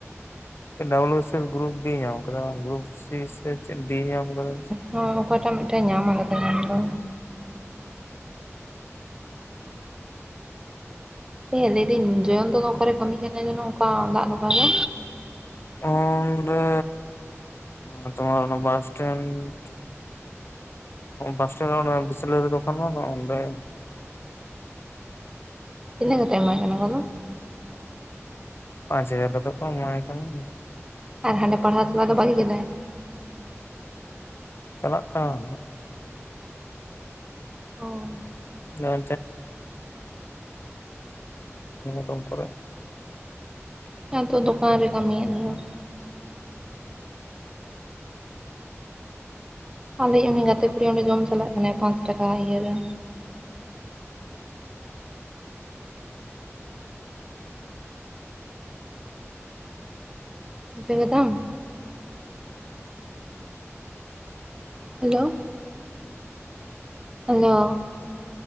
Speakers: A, on the left; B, on the right.
A: ᱰᱚᱵᱞᱩ ᱥᱮᱨ ᱜᱨᱩᱯ ᱵᱤ ᱧᱟᱢ ᱠᱚᱫᱟ ᱜᱨᱩᱯ ᱥᱤ ᱪᱮᱫ ᱰᱤ ᱧᱟᱢ ᱠᱟᱫᱟ᱾
B: ᱦᱳᱸ ᱚᱠᱚᱭᱴᱟᱜ ᱢᱤᱫᱴᱮᱱ ᱧᱟᱢ ᱠᱟᱫᱟ ᱧᱟᱢ ᱫᱚ ᱦᱮᱸ ᱞᱟᱹᱭᱫᱟᱹᱧ ᱡᱚᱭᱚᱱᱛᱚ ᱫᱚ ᱚᱠᱟᱨᱮ ᱠᱟᱹᱢᱤ ᱠᱟᱱᱟᱭ ᱡᱮᱱᱚ ᱚᱠᱟ ᱫᱟᱜ ᱫᱚᱠᱟᱱ ᱨᱮ?
A: ᱚᱸᱰᱮ ᱚᱱᱮ ᱨᱳᱢᱟᱨ ᱵᱟᱥ ᱥᱴᱮᱱᱰ᱾ ᱵᱟᱥ ᱴᱮᱱᱰ ᱚᱱᱟ ᱵᱤᱥᱞᱟᱹᱨᱤ ᱫᱚᱠᱟᱱ ᱵᱟᱝ ᱢᱮᱱᱟᱜ-ᱟ ᱚᱸᱰᱮ᱾
B: ᱛᱤᱱᱟᱹᱜ ᱠᱟᱛᱮ ᱮᱢᱟᱭ ᱠᱟᱱᱟ ᱠᱚ ᱟᱫᱚ
A: ᱯᱟᱸᱪ ᱦᱟᱡᱟᱨ ᱠᱟᱛᱮ ᱠᱚ ᱮᱢᱟᱭ ᱠᱟᱱᱟ᱾
B: ᱟᱨ ᱦᱟᱸᱰᱮ ᱯᱟᱲᱦᱟᱣ ᱪᱟᱞᱟ ᱫᱚ ᱵᱟᱜᱤ ᱠᱮᱫᱟᱭ?
A: ᱪᱟᱞᱟᱜ ᱠᱟᱱᱟᱭ ᱟᱸᱰᱮ ᱦᱚᱸ᱾
B: ᱚ
A: <inaudible> ᱫᱚᱢᱮ <inaudible> ᱠᱚᱨᱮ
B: ᱟᱫᱚ ᱫᱚᱠᱟᱱ ᱨᱮ ᱠᱟᱹᱢᱤᱭᱮᱫ ᱫᱚᱭ᱾ ᱟᱞᱮᱭᱤᱜ ᱩᱱᱤ ᱜᱟᱛᱮ ᱠᱩᱲᱤ ᱚᱸᱰᱮ ᱡᱚᱢ ᱪᱟᱞᱟᱜ ᱠᱟᱱᱟᱭ ᱯᱟᱸᱪ ᱴᱟᱠᱟ ᱤᱭᱟᱹᱨᱮ ᱵᱩᱡᱷᱟᱹ ᱠᱮᱫᱟᱢ? Hello hello